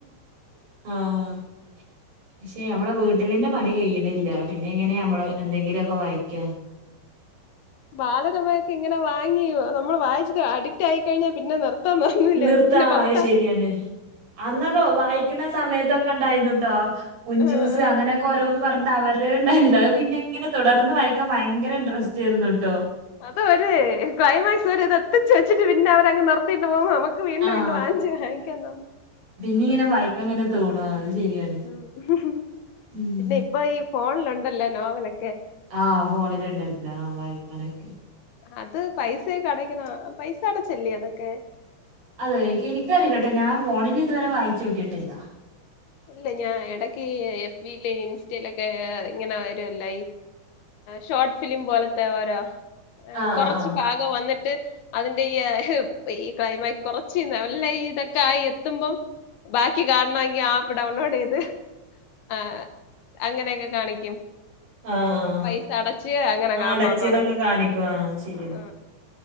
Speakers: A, on the right (about 50°); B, on the left (about 70°).
A: ആഹ് പക്ഷെ നമ്മടെ വീട്ടിൽ. വീട്ടിലിന്റെ പണി കഴിയണില്ല, പിന്നെ എങ്ങനെ നമ്മള് എന്തെങ്കിലുമൊക്കെ വായിക്കാ.
B: ബാലരമ ഒക്കെ ഇങ്ങനെ വാങ്ങിയോ, നമ്മള് വായിച്ചിട്ട് അഡിക്റ്റ് ആയിക്കഴിഞ്ഞാൽ പിന്നെ നിർത്ത്. ത്താൻ തോന്നൂല,
A: നിർത്താ
B: പിന്നെ
A: ആ,
B: പുറത്താ.
A: അത് ശരിയാണ് അന്നൊക്കെ വായിക്കുന്ന സമയത്തൊക്കെ ഉണ്ടായിരുന്നു കേട്ടോ കുഞ്ചൂസ്
B: ആ ആ
A: അങ്ങനെയൊക്കെ ഓരോന്ന് പറഞ്ഞിട്ട് അവർ. അവര് ഉണ്ടായിരുന്നില്ല, അത് പിന്നെ ഇങ്ങനെ തുടർന്ന് വായിക്കാൻ ഭയങ്കര. ഇൻട്രസ്റ്റ് ആയിരുന്നു കേട്ടോ
B: അതൊരു ക്ലൈമാക്സ് ഒരു ഇതാ. ഒപ്പിച്ച് വെച്ചിട്ട് പിന്നെ അവര് അങ്ങ് നിർത്തിയിട്ട് പോകുമ്പോ നമുക്ക് വീണ്ടും
A: ആഹ്
B: വീണ്ടും വാങ്ങിച്ച് വായിക്കാൻ തോന്നും.
A: പിന്നെ ഇങ്ങനെ
B: അങ്ങനെ
A: വായിക്കാൻ ഒക്കെ തോന്നുവാ അത് ശരിയാണ്.
B: ഉം
A: ഉം
B: പിന്നെ ഇപ്പൊ ഈ ഫോൺ ഉണ്ടാലോ നോവല്.
A: ആഹ് ഫോണിൽ ഉണ്ടാലോ ആഹ് വായിക്കാനൊക്കെ.
B: അത് പൈസയൊക്കെ അടക്കണം, പൈസ അടച്ചല്ലേ അതൊക്കെ.
A: അതെ എനിക്കറിയില്ലട്ടോ ഞാൻ ഫോണിൽ ഇതുവരെ വായിച്ചു നോക്കിട്ടില്ല.
B: ഇല്ല ഞാൻ ഇടക്ക് എഫ് ബി യിലെ ഇൻസ്റ്റയിലൊക്കെ ഇങ്ങനെ വരൂലോ ഈ. ഷോർട്ട് ഫിലിം പോലത്തെ ഓരോ,
A: ആഹ്
B: കുറച്ച്
A: ആഹ്
B: പാകം വന്നി ട്ട് അതിന്റെ ഈ ഈ ക്ലൈമാക്സ് കൊറച്ചന്ന് നല്ല ഇതൊക്കെ ആയി എത്തുമ്പോൾ. ബാക്കി കാണണമെങ്കിൽ ആഹ്. ഡൗൺലോഡ് ചെയ്തു ആഹ് അങ്ങനെയൊക്കെ കാണിക്കും.
A: ആഹ് ആഹ്
B: പൈസ അടച്ച് അങ്ങനെ
A: ആഹ്
B: കാണണംന്ന്
A: അടച്ചിന്നൊക്കെ
B: പറഞ്ഞ്
A: കാണിക്കും ആഹ് ശരിയാണ്
B: ആ